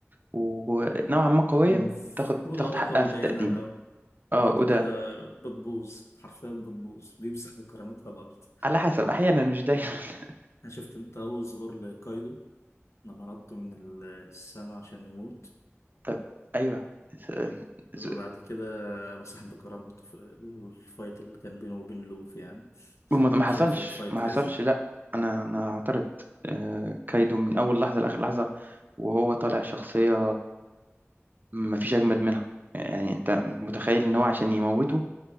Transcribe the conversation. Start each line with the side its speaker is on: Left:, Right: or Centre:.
Right: ونوعا ما قوية
Left: المفروض
Right: بتاخد بتاخد
Left: اه بيحاول
Right: حقها في
Left: يبينها
Right: التقديم
Left: الأول
Right: اه
Left: بعد
Right: وده
Left: كده بتبوظ حرفيا بتبوظ بيمسح بكرامتها الأرض
Right: على حسب احيانا مش دايما <laughs>
Left: أنا شفت أنت أول ظهور لكايدو لما نطوا من السما عشان يموت
Right: طب ايوه س-
Left: وبعد
Right: س-
Left: كده مسح بكرامته في الفايت اللي كان بينه وبين لوف يعني
Right: وما ما حصلش
Left: شايف الفايت
Right: ما حصلش
Left: هزلي
Right: لا انا انا اعترض آه، كايدو من اول لحظه لاخر لحظه وهو طالع شخصيه مفيش أجمد منها يعني أنت متخيل إن هو عشان يموته